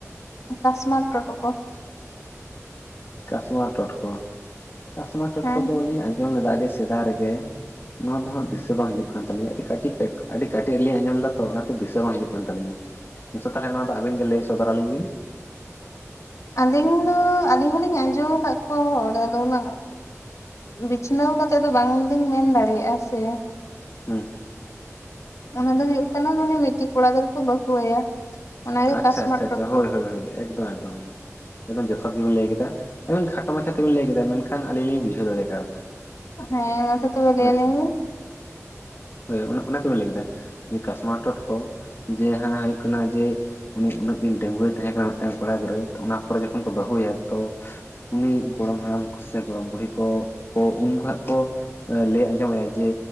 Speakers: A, on the left; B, on the left.
A: <unintelligible> ᱴᱳᱴᱳ ᱠᱚ
B: ᱠᱟᱥᱢᱟ ᱴᱚᱴᱠᱚ, ᱠᱟᱥᱢᱟ ᱴᱚᱴᱠᱚ
A: ᱦᱮᱸ
B: ᱫᱚᱞᱤᱧ ᱟᱸᱡᱚᱢ ᱞᱮᱫᱟ ᱟᱹᱰᱤ ᱥᱮᱫᱟᱭ ᱨᱮᱜᱮ᱾ ᱱᱚᱣᱟ ᱫᱚ ᱦᱟᱸᱜ ᱫᱤᱥᱟᱹ ᱵᱟᱝ ᱦᱤᱡᱩᱜ ᱠᱟᱱ ᱛᱟᱹᱞᱤᱧᱟ᱾ ᱟᱹᱰᱤ ᱠᱟᱹᱴᱤᱡ, ᱟᱹᱰᱤ ᱠᱟᱹᱴᱤᱡ ᱨᱮᱤᱞᱤᱧ ᱟᱸᱡᱚᱢᱚᱜ ᱞᱮᱫᱟ ᱚᱱᱟᱛᱮ ᱫᱤᱥᱟᱹ ᱵᱟᱝ ᱦᱤᱡᱩᱜ ᱠᱟᱱ ᱛᱟᱹᱞᱤᱧᱟ᱾ ᱫᱮᱥᱮ ᱛᱟᱦᱚᱞᱮ ᱱᱚᱣᱟ ᱫᱚ ᱟᱹᱵᱤᱱ ᱜᱮ ᱞᱟᱹᱭ ᱥᱚᱫᱚᱨ ᱟᱹᱞᱤᱧ ᱵᱤᱱ?
A: ᱟᱹᱞᱤᱧ ᱫᱚ ᱟᱹᱞᱤᱧ ᱦᱚᱞᱤᱧ ᱟᱸᱡᱚᱢ ᱟᱠᱟᱫ ᱠᱚᱣᱟ, ᱦᱚᱲ ᱟᱫᱚ ᱚᱱᱟ ᱵᱤᱪᱷᱱᱟᱹᱣ ᱠᱟᱛᱮᱜ ᱫᱚ ᱵᱟᱝ ᱞᱤᱧ ᱢᱮᱱ ᱫᱟᱲᱮᱭᱟᱜᱼᱟ ᱥᱮ᱾
B: ᱦᱮᱸ
A: ᱚᱱᱟ ᱫᱚ ᱦᱩᱭᱩᱠ ᱠᱟᱱᱟ ᱢᱟᱱᱮ ᱢᱤᱫᱴᱤᱡ ᱠᱚᱲᱟ ᱜᱤᱫᱽᱨᱟᱹ ᱠᱚ ᱵᱟᱹᱦᱩ ᱟᱭᱟ᱾ ᱚᱱᱟᱜᱮ
B: ᱟᱪᱪᱷᱟ
A: ᱠᱟᱥᱢᱟᱨ
B: ᱟᱪᱪᱷᱟ ᱟᱪᱪᱷᱟ
A: ᱴᱚᱴᱠᱚ
B: ᱦᱳᱭ ᱦᱳᱭ ᱦᱳᱭ ᱮᱠᱫᱚᱢ ᱮᱠᱫᱚᱢ ᱮᱠᱫᱚᱢ ᱡᱚᱛᱷᱟᱛ ᱜᱮᱵᱤᱱ ᱞᱟᱹᱭ ᱠᱮᱫᱟ᱾ ᱟᱵᱤᱱ ᱠᱷᱟᱴᱚ ᱢᱟᱪᱷᱟ ᱛᱮᱵᱮᱱ ᱞᱟᱹᱭ ᱠᱮᱫᱟ, ᱢᱮᱱᱠᱷᱟᱱ ᱟᱞᱤᱧ ᱞᱤᱧ ᱵᱩᱡᱷᱟᱹ ᱫᱟᱲᱮ ᱠᱟᱣᱫᱟ᱾
A: ᱦᱮᱸ ᱢᱟᱥᱮ ᱛᱚᱵᱮ ᱞᱟᱹᱭ
B: ᱦᱳᱭ
A: ᱭᱟᱞᱤᱧ
B: ᱥᱮ
A: ᱵᱤᱱ?
B: ᱦᱳᱭ ᱚᱱᱟ ᱚᱱᱟ ᱛᱮᱵᱮᱱ ᱞᱟᱹᱭ ᱠᱮᱫᱟ᱾ ᱡᱮ ᱠᱟᱥᱢᱟᱨ ᱴᱚᱴᱠᱚ ᱡᱮ ᱦᱟᱜ ᱦᱩᱭᱩᱜ ᱠᱟᱱᱟ ᱡᱮ ᱩᱱᱤ ᱩᱱᱟᱹᱜ ᱫᱤᱱ ᱰᱟᱹᱜᱩᱶᱟ ᱛᱟᱦᱮᱸ ᱠᱟᱱᱟ ᱢᱤᱫᱴᱟᱝ ᱠᱚᱲᱟ ᱜᱤᱫᱽᱨᱟᱹ ᱚᱱᱟ ᱯᱚᱨᱮ ᱡᱚᱠᱷᱚᱱ ᱠᱚ ᱵᱟᱹᱦᱩ ᱟᱭᱟ ᱛᱚ᱾ ᱩᱱᱤ ᱜᱚᱲᱚᱢ ᱦᱟᱲᱟᱢ ᱥᱮ ᱜᱚᱲᱚᱢ ᱵᱩᱲᱦᱤ ᱠᱚ ᱠᱚ ᱩᱱᱠᱩ ᱦᱟᱜ ᱠᱚ ᱞᱟᱹᱭ ᱟᱸᱡᱚᱢᱟᱭᱟ ᱡᱮ